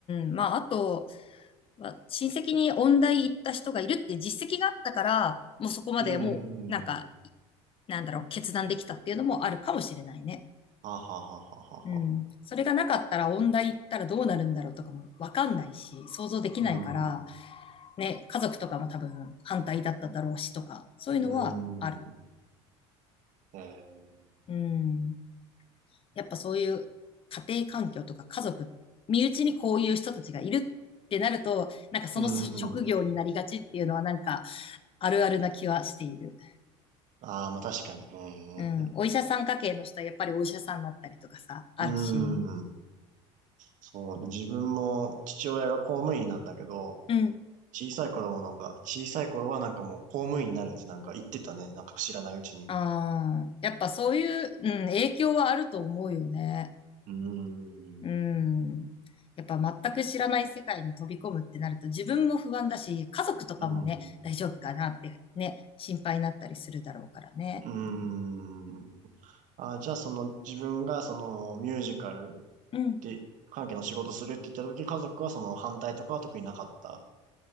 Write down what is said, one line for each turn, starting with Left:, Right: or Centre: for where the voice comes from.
Left: ん。まあ、あと、まあ親戚に音大行った人がいるって実績があったから、もうそこまでもう、
Right: うん、
Left: なんか、なんだろう、決断できたっていうのもあるかもしれないね。
Right: はははははは。
Left: うん。それがなかったら音大行ったらどうなるんだろうとかもわかんないし、想像できないから、
Right: うん
Left: ね、家族とかも多分反対だっただろうしとか、そういうのはある。
Right: うーん。えー、
Left: うん。やっぱそういう家庭環境とか家族、身内にこういう人たちがいるってなると、なんかその職業になりがちっていうのはなんか
Right: うーん。
Left: あるあるな気はしている。
Right: ああ、まあ確かに。
Left: うん。お医者さん家系の人はやっぱりお医者さんだったりとかさ、あるし。
Right: うん。うん。そうね、自分も父親が公務員なんだけど、
Left: うん。
Right: 小さい頃もなんか、小さい頃はなんかもう公務員になるってなんか言ってたね。なんか知らないうちに。
Left: ああ、やっぱそういう、うん、影響はあると思うよね。
Right: うーん。
Left: うん。やっぱ全く知らない世界に飛び込むってなると自分も不安だし、家族とかもね、
Right: うーん。
Left: 大丈夫かなってね、心配になったりするだろうからね。
Right: うーん。あじゃあその自分がそのミュージカル
Left: うん。
Right: で関係の仕事するって言った時、家族はその反対とかは特になかった。